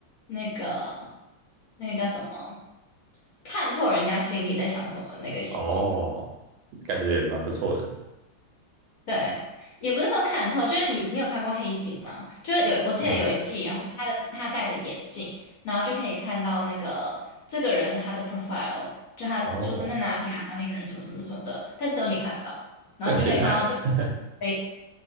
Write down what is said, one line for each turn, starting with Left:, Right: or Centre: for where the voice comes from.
Left: 那个那个叫什么，看透人家心里在想什么那个眼睛。
Right: 哦，感觉也蛮不错的。
Left: 对，也不是说看透，就是你，你有看过《黑镜》吗？就是有，我记得有一季，
Right: 嗯，
Left: 然后他的他戴的眼镜，然后就可以看到那个这个人他的 profile，就他出生在哪里啊，
Right: 哦，
Left: 哪里人什么什么什么的，但只有你看得到，然后你就可以看到这，
Right: 这很变态欸
Left: 诶